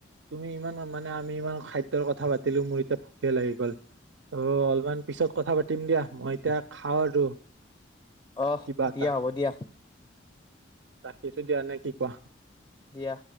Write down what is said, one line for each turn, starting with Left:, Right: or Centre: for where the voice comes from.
Right: তুমি ইমান মানে আমি ইমান খাদ্যৰ কথা পাতিলো মোৰ এতিয়া ভোকে লাগি গল ত অলপমান পিছত কথা পাতি পাতিম দিয়া মই এতিয়া খাওঁ আৰু
Left: আহ
Right: কিবা
Left: দিয়া
Right: এটা
Left: হ'ব দিয়া
Right: ৰাখিছো দিয়া আৰু নে কি কোৱা
Left: দিয়া